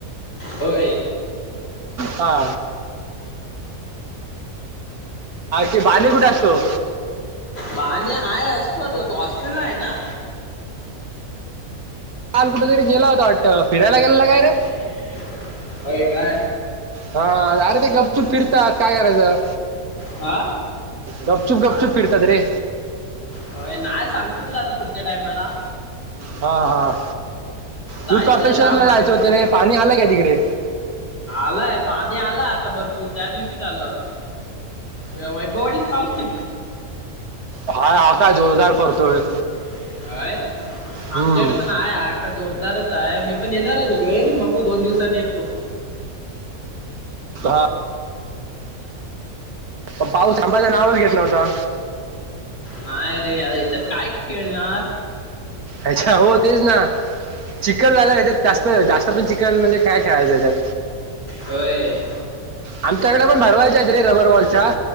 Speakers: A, on the left (about 40°); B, on the right (about 80°).
A: होय
B: हा -हे <unintelligible> तो कुठ असतो.
A: माने हाय असतो आता तो ऑस्ट्रेल ला हाय ना
B: काल कुठतरी गेला होता वाटंत फिरायला गेलेला काय रे
A: व्हय का
B: हा अरे ते गपचूप फिरतात काय करायचं.
A: हा
B: गपचुप गपचुप फिरतात रे.
A: होय नाय सांगतो तुला आता पुढच्या टाइमाला
B: हा हा
A: जायचंय
B: दुधपापेश्वर
A: लांब
B: ला
A: कुठेतरी
B: जायचं होतं रे पाणी आलंय काय तिकडे?
A: आलाय पाणी आलाय आता भरपूर त्या दिव झालं यां वैभव वाडीत पाऊस कि
B: हाय हा काय जोरदार पडतोय.
A: काय
B: हम्म
A: आमच्याइकडे पण हाय हा का जोरदारच हाय मी पण येणार हाय तिकडे बघू दोन दिवसांनी येतो.
B: हा पण पाऊस थांबाचा नावाच घेत नव्हता.
A: नाही रे आता याच्यात काय खेळणार.
B: अच्छा हो तेच ना चिकखल झाला ह्याच्यात जास्त जास्त पण चखल म्हणजे काय खेळायच ह्याच्यात
A: होय.
B: आमच्याकड पण भरवायच्या आहेत रे रबर वॉलच्या